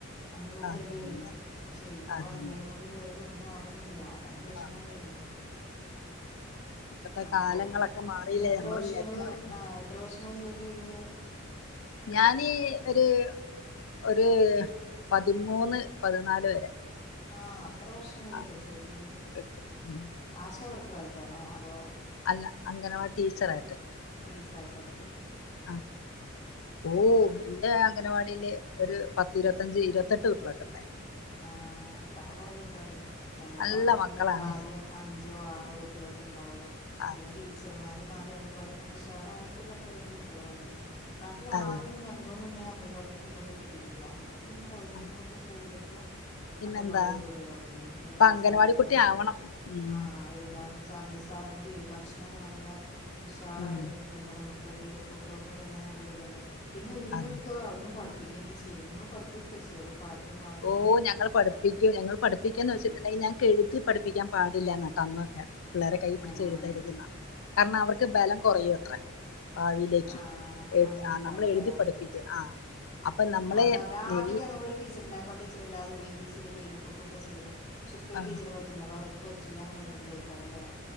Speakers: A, on the left; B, on the left.
A: അഞ്ഞൂറോടെ
B: അതന്നെ
A: തികയായിരുന്നു
B: അതന്നെ
A: പക്ഷെ ഇപ്പൊ
B: അതന്നെ
A: അയ്യായിരം കൊണ്ട് പോയാലും ഒന്നും ആവുന്ന് ല്ല അതാണ്
B: ഒന്നും
A: പ്രശ്നം
B: ആവില്ല
A: വരുന്നെ
B: ഇപ്പത്തെ
A: അപ്പൊ
B: കാലങ്ങളൊക്കെ മാറിയില്ലേ
A: എന്നിട്ട് എത്ര
B: നമ്മള്
A: വർഷങ്ങള്
B: വിചാരിക്കണ പോലെ.
A: ആ എത്ര വർഷങ്ങള് ജോലി ചെയ് തു
B: ഞാന് ഒരു ഒരു പതിമൂന്ന് പതിനാല് വരെ
A: ആ അത്ര വർഷം വരൊക്കെ
B: ആ
A: ജോലി ചെയ്ത്
B: കിട്ടും ഉം
A: ആശ വർക്കറ് ആയിട്ടാണോ അതോ
B: അല്ല അംഗനവാടി ടീച്ചറായിട്ട്
A: ടീച്ചറായിട്ടന്നെ
B: ആ ഓ എന്റെ അംഗനവാടിയില് ഒരു പത്ത് ഇരുത്തഞ്ച് ഇരുപത്തെട്ടു കുട്ട്യോളൊക്കെ ഉണ്ടായിരുന്നു
A: ആ അത്രക്കെ കുറെ കുട്ടികളുണ്ട് ഞങ്ങളിവിടെ
B: നല്ല
A: അംഗൻവാടിയിലൊക്കെ
B: മക്കളാണ്
A: ആദ്യം അഞ്ചോ ആറോ കു കുട്ടികളൊക്കെ ഉണ്ടാവുള്ളൂ
B: അതെ
A: പിന്നെ ടീച്ചർമാരും അങ്കൻവാടിക്കെ ഉഷാറായപ്പോ ഒരു പതിനഞ്ച് കുട്ടികൾ വന്നു പതിയെ
B: അതെ
A: ആദ്യൊന്നും ഞങ്ങളൊന്നും ഇങ്ങനെ അംഗൻവാടിക്ക് കുട്ടികളെ വിട്ടിരുന്നില്ല ഇപ്പൊ പിന്നെ സൗകര്യങ്ങളൊക്കെ
B: ആ,
A: കൂടിയ
B: പിന്നെന്താ
A: അംഗൽവാടിക്ക് വിടൽ തുടങ്ങി എല്ലാ
B: ഇപ്പൊ അംഗനവാടി
A: സൗകര്യങ്ങളും
B: കുട്ടി ആവണം ഉം
A: ആ എല്ലാ സാധന സാന്ത്രി ഭക്ഷണൊക്കെ നല്ല ഉഷാറായിട്ട്
B: ഉം
A: കിട്ടുമ്പോൾ നമുക്ക് അത് കുട്ടികൾക്കും തന്നെ നല്ലൊരിതല്ലേ പിന്നെ ഒരുവിധക്കെ
B: അതെ
A: അവിടന്ന് പഠിപ്പ പഠിപ്പിക്കുക തന്നെ ചെയ്യും നിങ്ങൾ പഠിപ്പിക്കൊക്കെ ചെയ്യോ അതൊ പാട്ടും ഇതും
B: ഓ ഞങ്ങൾ പഠിപ്പിക്കും ഞങ്ങൾ പഠിപ്പ ന്ന് വെച്ചിട്ടുണ്ടെങ്കിൽ ഞങ്ങക്ക് എഴുതി പഠിപ്പിക്കാൻൻ പാടില്ലാ എന്നാ തന്നൊക്കെ പിള്ളേരുടെ കൈ പിടിച്ച്
A: ആഹ്
B: എഴുതരുത് എന്നാ കാരണം അവർക്ക് ബലം കോറയും അത്ര ഭാവിയിലേക്ക്
A: ആഹ്
B: എ
A: അങ്ങനെ
B: ആ
A: ഉണ്ടാവുംല്ലേ
B: നമ്മള് എഴുതി പഠിപ്പിക്ക് ആ അപ്പൊ നമ്മളെ
A: അത് അവരാ ആദ്യക്കെ
B: ഈ
A: ഞങ്ങള് വ്ടെഒര് ടീച്ചറണ്ടായപ്പോ ആ ടീച്ചറ് എല്ലാതും എ ബി സി ഡി ഒക്കെ എഴുതി ക്കെട്ക്കെ ഒക്കെ ചെയ്തിരുന്നു പക്ഷെ ഇപ്പ
B: ആ,
A: ടീച്ചറ് പറ്റുനില്ല അവർക്ക് പറ്റില്ല എന്നുള്ള ഇതെക്കാറല്ലേ